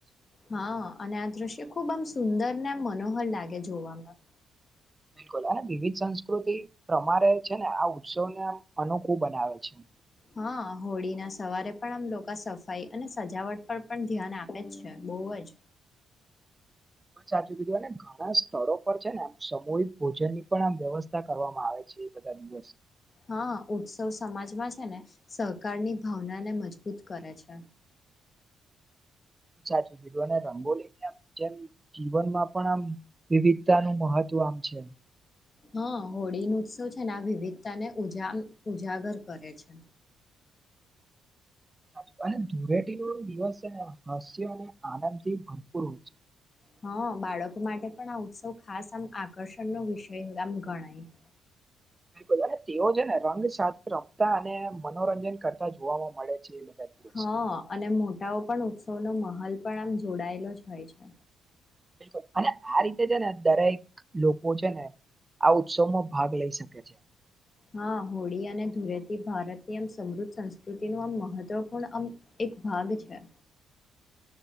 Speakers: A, on the left; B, on the right.
A: હા અને આ દ્રશ્ય ખુબ આમ સુંદર ને આમ મનોહર લાગે જોવામાં
B: બિલકુલ અને વિવિધ સંસ્કૃતિ પ્રમારે છે ને આ ઉત્સવને અનોખું બનાવે છે.
A: હા હોળી ના સવારે પણ આમ લોકો સફાઈ અને સજાવટ પર પણ ધ્યાન આપે જ છે. બહુ જ
B: બ સાચું બીધુંને ઘણા સ્થળો પર છે ને આમ સમૂહિક ભોજન ની પણ આમ વ્યવસ્થા કરવામાં આવે છે. બધાની બસ
A: હા ઉત્સવ સમાજમાં છે ને સહકારની ભાવનાને મજબૂત કરે છે.
B: સાચું કીધું અને રંગોલીને આમ જેમ જીવનમાં પણ આમ વિવિધતાનુંું મહત્વ કામ છે.
A: હા હોળી નો ઉત્સવ છે ને આ વિવિધતાને ઉજ ઉજાગર કરે છે.
B: સાચું અને ધૂળેટી નો દિવસ છે ને હાસ્યો અને આનંદથી ભરપૂર હોય છે.
A: હા બાળકો માટે પણ આ ઉત્સવ ખાસ આમ આકર્ષણ નો વિષય આમ ગણાય હ <unintelligible>
B: બિલકુલ અને તેઓ છે ને રંગ સાથે રમતા અને મનોરંજન કરતા જોવાવામાં મળે બધા છે. દિવસ
A: હા અને મોટાઓ પણ ઉત્સવનો માહોલ પણ આમ જોડાયેલો જ હોય છે.
B: બિલકુલ અને આ રીતે છે ને દરેક લોકો છે ને આ ઉત્સવમાં ભાગ લઈ શકે છે.
A: હા હોળી અને ધૂરેથી ભારતની આમ સમૃદ્ધ સંસ્કૃતિ ન આમ મહત્વપૂર્ણ આમ એક ભાગ છે.